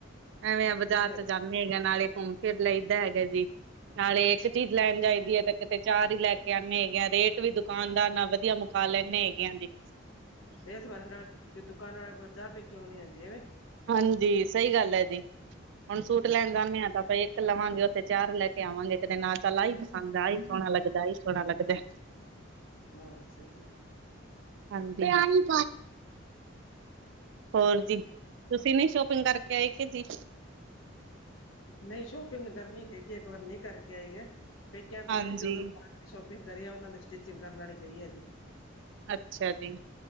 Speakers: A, on the right (about 65°); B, on the left (about 80°).
A: ਐਵੇਂ ਆ ਬਾਜ਼ਾਰ
B: ਠੀਕ ਹੈ
A: ਚ ਜਾ- ਹੈਗਾ, ਨਾਲੇ ਘੁੰਮ ਫਿਰ ਲਈਦਾ ਹੈਗਾ ਜੀ। ਨਾਲੇ ਇੱਕ ਚੀਜ਼ ਲੈਣ ਜਾਈਦੀ ਹੈ, ਤਾਂ ਕਿਤੇ ਚਾਰ ਹੀ ਲੈ ਕੇ ਆਉਂਨੇ ਹੈਗੇ ਆ, ਰੇਟ ਵੀ ਦੁਕਾਨਦਾਰ ਨਾਲ ਵਧੀਆ- ਕਹ ਲੈਂਨੇ, ਹੈਗੇ ਆਂ ਹਾਂਜੀ।
B: ਏਸ ਬਹਾਨੇ ਨਾਲ, ਜੇ ਦੁਕਾਨ ਵਾਲੇ ਕੋ ਚਾਹ ਪੀ ਕੇ ਆਉਨੇ ਆ ਜੀ, ਐਵੇਂ?
A: ਹਾਂਜੀ, ਸਹੀ ਗੱਲ ਹੈ ਜੀ। ਹੁਣ ਸੂਟ ਲੈਣ
B: ਅੱਛਾ
A: ਜਾਂਦੇ ਹਾਂ ਤਾਂ ਫੇਰ- ਲਵਾਂਗੇ, ਉੱਥੇ ਚਾਰ ਲੈ ਕੇ ਆਵਾਂਗੇ, ਕਿਤੇ ਨਾਲ ਚੱਲ ਆ ਈ ਪਸੰਦ, ਆ ਈ ਸੋਹਣਾ ਲੱਗਦਾ, ਆ ਈ ਸੋਹਣਾ ਲੱਗਦੈ। <inaudible>
B: ਅੱਛਾ ਜੀ।
A: ਹਾਂਜੀ, ਹੋਰ ਜੀ? ਤੁਸੀਂ ਨੀ, ਸ਼ੋਪਿੰਗ ਕਰਕੇ ਆਏ ਕਿ ਜੀ?
B: ਨਹੀਂ, ਸ਼ੋਪਿੰਗ ਗਰਮੀ ਹੈਗੀ, ਇਸ ਵਾਰ ਨਹੀਂ ਕਰਕੇ ਆਏ, ਤੇ ਪੇਕਿਆਂ ਦੇ
A: ਹਾਂਜੀ
B: ਗਏ ਸੀ ਉਦੋਂ- ਸ਼ੋਪਿੰਗ ਕਰੀ ਏ, ਉਹਨਾਂ ਦੇ ਸਟਿਚਿੰਗ ਕਰਨ ਵਾਲੀ ਪਈ ਹੈ ਹਜੇ।
A: ਅੱਛਾ ਜੀ।